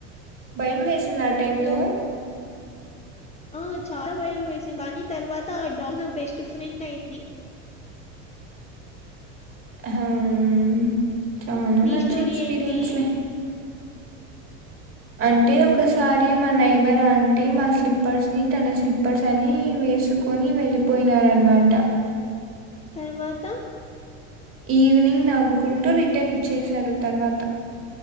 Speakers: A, on the right (about 35°); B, on the left (about 20°).
A: భయం వేసిందా ఆ టైం
B: హలో
A: లో
B: ఆ చాలా భయం వేసింది కాని తర్వాత డాగ్ నా బెస్ట్ ఫ్రెండ్ అయింది
A: హామ్ చానా
B: నీ
A: మంచి
B: స్టోరీ
A: ఎక్స్పీరియన్స్లే
B: ఏంటి?
A: అంటే ఒకసారి మా నైబర్ ఆంటీ మా స్లిప్పర్స్ ని తన స్లిప్పర్స్ అని వేసుకొని వెళ్ళిపోయినారన్నమాట
B: తర్వాతా
A: ఈవినింగ్ నవ్వుకుంటూ రిటర్న్ ఇచ్చేసారు తర్వాత